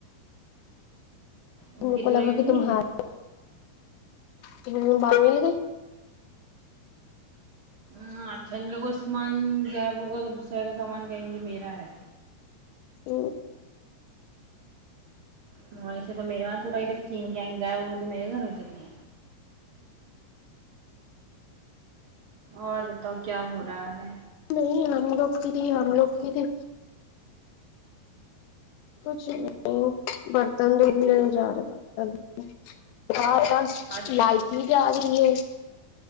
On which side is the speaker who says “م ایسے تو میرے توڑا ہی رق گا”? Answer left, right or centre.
Right